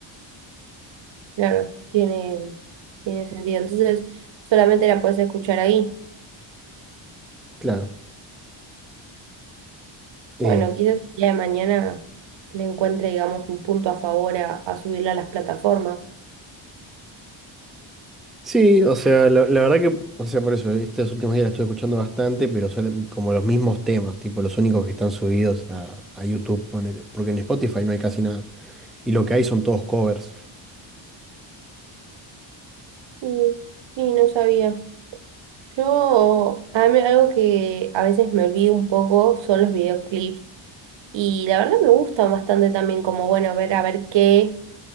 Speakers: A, on the right; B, in the centre.
A: Claro, tiene, tiene sentido. Entonces, solamente la puedes escuchar ahí.
B: Claro. Eh,
A: Bueno, quizás el día de mañana le encuentre, digamos, un punto a favor a, a subirla a las plataformas.
B: sí, o sea, la, la verdad que, o sea, por eso, estos últimos días la estoy escuchando bastante, pero son como los mismos temas, tipo los únicos que están subidos a, a YouTube, ponele, porque en Spotify no hay casi nada, y lo que hay son todos covers.
A: Mm, Sí, no sabía. Yo, a mí algo que a veces me olvido un poco son los videoclips y la verdad me gusta bastante también como, bueno, ver a ver qué